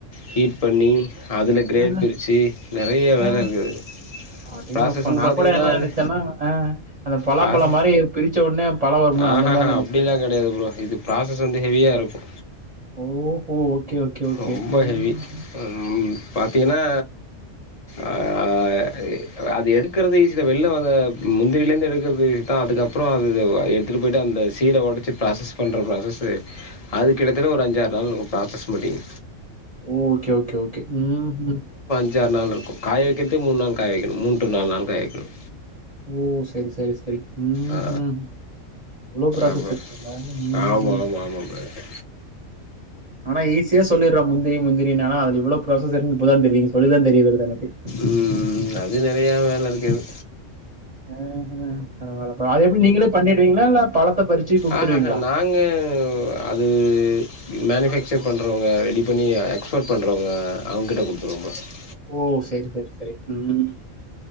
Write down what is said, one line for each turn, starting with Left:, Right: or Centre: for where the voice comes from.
Left: ஹீட் பண்ணி அதுல கிரேட்
Right: ஆ,
Left: பிரிச்சி நெறைய வேல
Right: ஆ.
Left: இருக்குது அதுல
Right: அடேங்கப்பா
Left: ப்ராசஸ்ன்னு
Right: நா
Left: பாத்தீங்கன்னா
Right: கூட என்ன
Left: அது
Right: நெனைச்சேன்னா அஹ் அந்த பலாம்பழோ
Left: ப்ராசஸ்
Right: மாரி பிரிச்ச உட்னே பழோ வரும்ல
Left: ஆஹஹா
Right: அந்த மாரி நெனைச்சே
Left: அப்டிலா கெடையாது ப்ரோ இது ப்ராசஸ் வந்து ஹெவியா இருக்கு
Right: ஓஹோ ஓகே ஓகே ஒகே
Left: ரொம்ப
Right: ம்ம்
Left: ஹெவி. ம் பாத்தீங்கன்னா ஆ அ அது எடுக்கறது ஈசி தா வெளில வந்த முந்திரிலேருந்து எடுக்கறது ஈசி தா அதுக்கப்புறோ அது எடுத்துட்டு போயிட்டு அந்த சீட ஒடச்சி ப்ராசஸ் பண்ற ப்ராசஸு அதுக்குக்கிட்டத்தட்ட ஒரு அஞ்சாறு நாள் ப்ராசஸ் மாட்டிங்
Right: ஓகே ஓகே ஓகே உம்ம்
Left: அஞ்சாறு நாள் இருக்கூ காய வெக்கறதே மூணு நாள் காய வெக்கிணோ மூன் நாலு நாள் காயவெக்கினே
Right: ஓ சேரி சேரி சேரி உம்
Left: ஆ
Right: ம் இவ்ளோ ப்ராசஸ்
Left: ஆமா.
Right: இருக்கா உம்
Left: ஆமா,
Right: ம்
Left: ஆமா, ஆமா பிரதர்.
Right: ஆனா ஈசி ஈஸியா சொல்லிறோ முந்திரி முந்திரினு ஆனா அதுல இவ்ளோ ப்ராசஸ் இருக் இப்பதா தெரிது நீங்க சொல்லி தா தெரிய வருது எனக்கு
Left: ம் அது நெறையா வேல இருக்குது.
Right: ஆஹ் ஹா பரவால அது எப்டி நீங்களே பண்ணிடுவீங்ளா இல்லா பழத்த பறிச்சு குடுத்துருவீங்களா?
Left: ஆஹ் ஹ நாங்க அது மேனிஃபேக் செக் பண்றவங்க ரெடி பண்ணி எக்ஸ்போர்ட் பண்றவங்க அவுங்கிட்ட குடுத்துருவோ பா
Right: ஓ செரி செரி செரி உம்